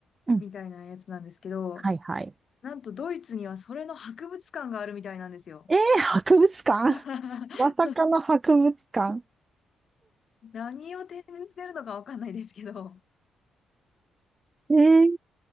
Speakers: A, on the right (about 20°); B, on the left (about 40°).
A: うん。
B: みたいなやつなんですけど、
A: はいはい。
B: なんとドイツにはそれの博物館があるみたいなんですよ。
A: えー、博物館
B: <laughs>
A: <laughs> まさかの博物館。
B: 何を展示してるのかわかんないですけど。
A: えー、